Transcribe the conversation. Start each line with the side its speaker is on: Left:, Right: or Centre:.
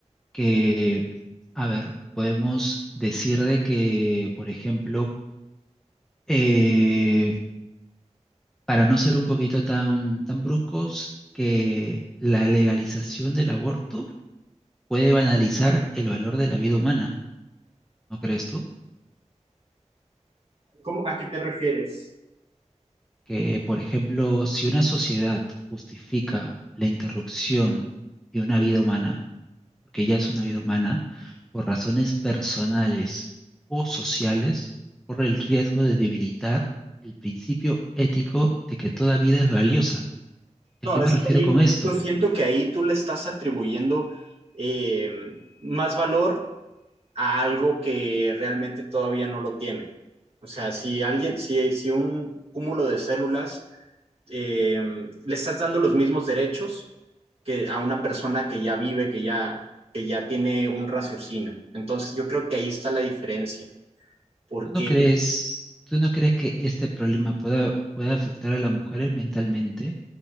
Centre: que, a ver, podemos decir de que, por ejemplo, eh, para no ser un poquito tan, tan bruscos, que la legalización del aborto puede banalizar el valor de la vida humana. ¿No crees tú?
Right: ¿Cómo, ¿A qué te refieres?
Centre: Que, por ejemplo, si una sociedad justifica la interrupción de una vida humana, porque ya es una vida humana, por razones personales o sociales, corre el riesgo de debilitar el principio ético de que toda vida es valiosa. ¿Y
Right: No,
Centre: a qué me
Right: es
Centre: refiero
Right: que
Centre: con esto?
Right: yo siento que ahí tú le estás atribuyendo eh, más valor a algo que realmente todavía no lo tiene. O sea, si alguien, si, si un cúmulo de células eh, le estás dando los mismos derechos que a una persona que ya vive, que ya, que ya tiene un raciocinio. Entonces yo creo que ahí está la diferencia, porque,
Centre: ¿Tú no crees, tú no crees que este problema pueda, pueda afectar a las mujeres mentalmente?